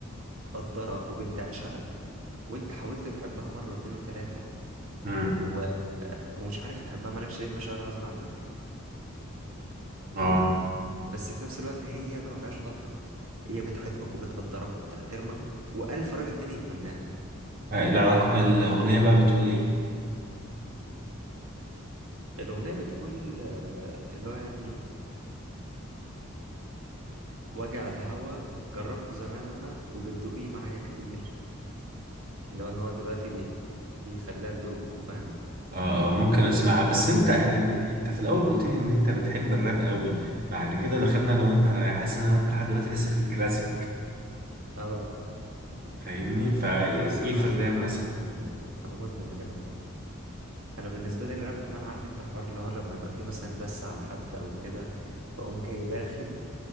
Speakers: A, on the right (about 75°); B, on the right (about 45°).
A: وبتقدرك وبتعشقك وأنت حاولت تحبها مرة واتنين وتلاتة
B: امم
A: و... ومش عارف تحبها مالكش ليه مشاعر غصب عنك
B: اه
A: بس في نفس الوقت هي ما فيهاش غلطة هي بتحبك وبتقدرك وبتحترمك وألف راجل تاني يتمناها
B: آه، العلاقة الأغنية بقى بتقول ايه
A: الأغنية بتقول آه، اللي هو يعني وجع الهوى جربته زمان أنا وبتدوقيه معايا كتير اللي هو ان هو دلوقتي بي... بيخليها تدوقه فاهم
B: اه آه، ممكن اسمعها بس انت احنا انت في الاول قلت لي ان انت بتحب الراب قوي بعد كده دخلنا انا وانت انا حاسس ان انا وانت لحد دلوقتي لسه في الكلاسيك
A: اه
B: فاهمني فايه
A: بص انا
B: في الراب
A: انا
B: مثلا
A: مدمن راب انا مدمن راب انا بالنسبه لي الراب كمان عارف انت حوار اللي هو لما يبقى فيه مثلا دس على حد او كده فاقوم جاي داخل